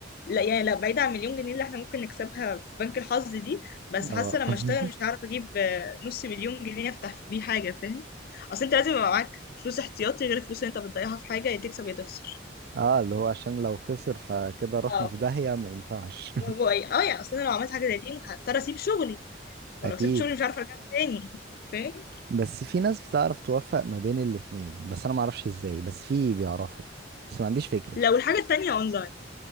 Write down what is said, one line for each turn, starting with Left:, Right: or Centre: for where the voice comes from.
Left: لا يعني لا بعيد عن مليون جنيه اللي احنا ممكن نكسبها في بنك الحظ دي بس
Right: اه
Left: حاسة لما
Right: <laughs>
Left: اشتغل مش هعرف اجيب آه، نص مليون جنيه افتح بيه حاجة فاهم اصل انت لازم يبقى معاك فلوس احتياطي غير الفلوس اللي انت بتضيعها في حاجة يا تكسب يا تخسر
Right: اه اللي هو عشان لو خسر فكده رحنا
Left: اه
Right: في داهية ما ينفعش
Left: وهو- ايه اه يعني اصل انا لو عملت حاجة زي دي هضطر اسيب شغلي ولو
Right: <laughs> اكيد
Left: سبت شغلي مش عارفة ارجع له تاني فاهم
Right: بس في ناس بتعرف توفق ما بين الاتنين بس انا ما اعرفش ازاي بس في بيعرفوا بس ما عنديش فكرة
Left: لو الحاجة التانية اونلاين